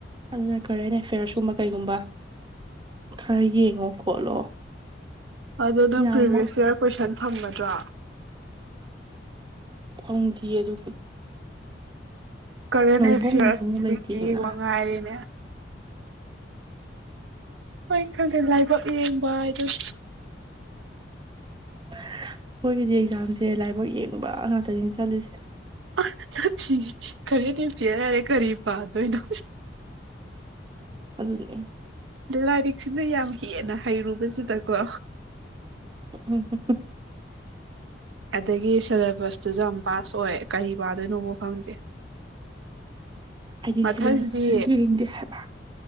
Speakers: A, on the right; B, on the right.
A: ꯑꯗꯨꯅ ꯀꯔꯦꯟ ꯑꯦꯐꯤꯌꯔꯁ ꯀꯨꯝꯕ ꯀꯩꯒꯨꯝꯕ ꯈꯔ ꯌꯦꯡꯉꯣ ꯈꯣꯠꯂꯣ
B: ꯑꯗꯨ ꯅꯪ
A: ꯌꯥꯝꯃ
B: ꯄ꯭ꯔꯤꯚꯤꯌꯁ ꯏꯌꯥꯔ ꯀꯣꯏꯁꯟ ꯐꯪꯒꯗ꯭ꯔꯣ
A: ꯐꯪꯗꯦ ꯑꯗꯨ
B: ꯀꯔꯦꯟ
A: ꯂꯧꯐꯝꯗꯨꯁꯨ
B: ꯑꯦꯐꯤꯌꯔꯁ
A: ꯑꯃꯨꯛ
B: ꯍꯧꯖꯤꯛꯀꯤ
A: ꯂꯩꯇꯦꯗꯅ
B: ꯋꯥ ꯉꯥꯏꯔꯤꯅꯦ ꯍꯣꯏ ꯈꯪꯗꯦ ꯂꯥꯏꯕꯛ ꯌꯦꯡꯕ ꯍꯥꯏꯗꯨꯅꯤ
A: ꯑꯩꯈꯣꯏꯒꯤꯗꯤ ꯑꯦꯛꯖꯥꯝꯁꯦ ꯂꯥꯏꯕꯛ ꯌꯦꯡꯕ ꯉꯥꯛꯇꯅꯤ ꯆꯠꯂꯤꯁꯦ
B: ꯑꯥ ꯅꯠꯇꯤꯌꯦ ꯀꯔꯦꯟ ꯑꯦꯐꯤꯌꯔ ꯍꯥꯏꯔꯦ ꯀꯔꯤ ꯄꯥꯗꯣꯏꯅꯣ
A: ꯑꯗꯨꯅꯦ
B: ꯂꯥꯏꯔꯤꯛꯁꯤꯅ ꯌꯥꯝ ꯍꯦꯟꯅ ꯍꯩꯔꯨꯕꯁꯤꯗꯀꯣ
A: ꯎꯝ <unintelligible>
B: ꯑꯗꯒꯤ ꯁꯦꯂꯦꯕꯁꯇꯨꯁꯨ ꯌꯥꯝ ꯄꯥꯁ ꯑꯣꯏ ꯀꯔꯤ ꯄꯥꯗꯣꯏꯅꯣ ꯐꯥꯎ ꯈꯪꯗꯦ
A: ꯑꯩꯗꯤ
B: ꯃꯊꯪꯗꯤ
A: ꯁꯦꯂꯦꯕꯁꯇꯨꯁꯨ ꯌꯦꯡꯗꯦ ꯍꯥꯏꯕ